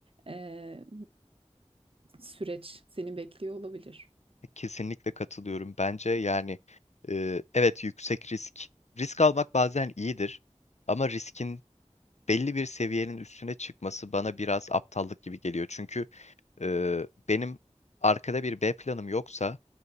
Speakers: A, on the right (about 50°); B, on the left (about 70°).
A: eee, süreç seni bekliyor olabilir.
B: Kesinlikle katılıyorum. Bence yani e, evet yüksek risk. Risk almak bazen iyidir ama riskin belli bir seviyenin üstüne çıkması bana biraz aptallık gibi geliyor. Çünkü e, benim arkada bir B planım yoksa